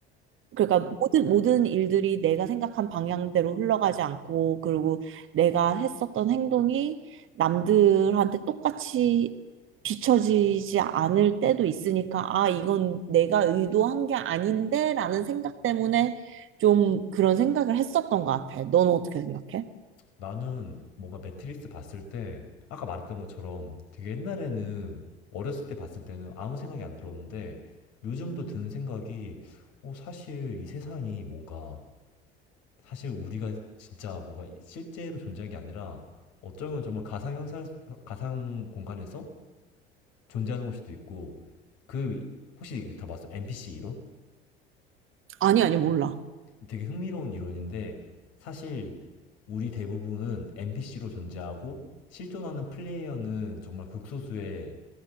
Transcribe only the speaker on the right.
그러니까 모든 모든 일들이 내가 생각한 방향대로 흘러가지 않고 그리고 내가 했었던 행동이 남들한테 똑같이 비춰지지 않을 때도 있으니까 아 이건 내가 의도한 게 아닌데라는 생각 때문에 좀 그런 생각을 했었던 것 같아. 너는 어떻게 생각해?
아니, 아니, 몰라.